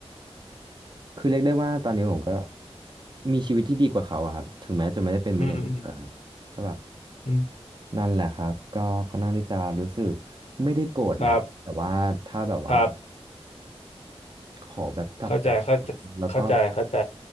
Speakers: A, on the right; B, on the left.
A: คือเรียกได้ว่าตอนนี้ผมก็มีชีวิตที่ดีกว่าเขาอะครับถึงแม้จะไม่ได้เป็นเมเนเจอร์ครับก็แบบ
B: อืมอืมอืม
A: นั่นแหละครับก็ค่อนข้างที่จะรู้สึกไม่ได้โกรธนะแต่ว่าถ้าแบบว่า
B: ครับครับ
A: ขอแบบกลับไปทำงานแล้วก็
B: เข้าใจเข้าใจเข้าใจเข้าใจ